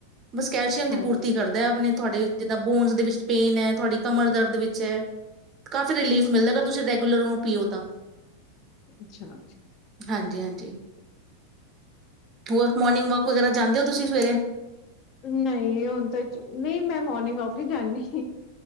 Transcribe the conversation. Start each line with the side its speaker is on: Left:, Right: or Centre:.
Right: ਬਸ ਕੈਲਸ਼ੀਅਮ ਦੀ
Left: ਹਾਂਜੀ
Right: ਪੂਰਤੀ ਕਰਦਾ ਆਪਣੇ ਤੁਹਾਡੇ ਜਿੱਦਾਂ ਬੋਨਸ ਦੇ ਵਿੱਚ ਪੇਨ ਹੈ ਤੁਹਾਡੀ ਕਮਰ ਦਰਦ ਵਿੱਚ ਹੈ ਕਾਫੀ ਰਿਲੀਫ਼ ਮਿਲਦਾ ਅਗਰ ਤੁਸੀਂ ਰੈਗੂਲਰ ਓਨੂੰ ਪੀਓ ਤਾਂ
Left: ਅੱਛਾ ਅੱਛਾ
Right: ਹਾਂਜੀ ਹਾਂਜੀ ਹੋਰ ਮੋਰਨਿੰਗ ਵਾਕ ਵਗੈਰਾ ਜਾਂਦੇ ਹੋ ਤੁਸੀਂ ਸਵੇਰੇ
Left: ਨਹੀਂ ਹੁਣ ਤਾਂ ਨਹੀਂ ਮੈਂ ਮੋਰਨਿੰਗ ਵਾਕ ਹੀ ਜਾਂਦੀ